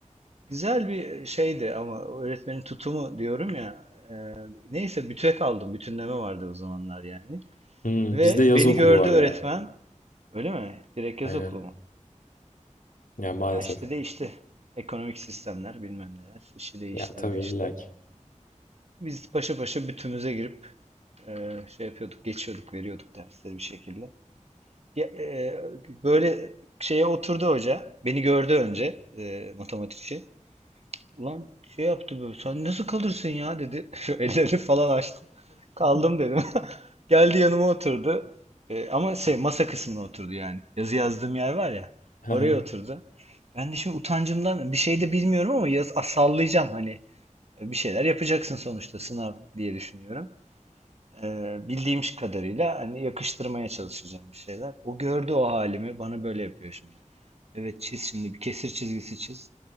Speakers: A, on the right; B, on the left.
A: Güzel bir şeydi ama o öğretmenin tutumu diyorum ya. e, neyse büte kaldım. Bütünleme vardı o zamanlar yani.
B: Hmm,
A: Ve
B: bizde yaz
A: beni
B: okulu
A: gördü
B: var
A: öğretmen.
B: ya.
A: Öyle mi? Direkt yaz
B: Aynen.
A: okulu mu?
B: Ya maalesef.
A: Ya işte değişti. Ekonomik sistemler bilmem neler işi değiştirdi
B: Ya tabii
A: işte.
B: illa ki.
A: Biz paşa paşa bütümüze girip e, şey yapıyorduk, geçiyorduk, veriyorduk dersleri bir şekilde. Ya, e, böyle şeye oturdu hoca. Beni gördü önce e, matematikçi. Ulan şey yaptı böyle. Sen nasıl kalırsın ya dedi. <laughs> Şu elleri falan açtı. Kaldım dedim. <laughs> Geldi yanıma oturdu. E, ama şey masa kısmına oturdu yani. Yazı yazdığım yer var ya.
B: <laughs>
A: Oraya oturdu.
B: <laughs>
A: Ben de şimdi utancımdan bir şey de bilmiyorum ama yaz, ah, sallayacağım hani. E, Bir şeyler yapacaksın sonuçta sınav diye düşünüyorum. E, bildiğim kadarıyla hani yakıştırmaya çalışacağım bir şeyler. O gördü o halimi. Bana böyle yapıyor şimdi. Evet çiz şimdi bir kesir çizgisi çiz.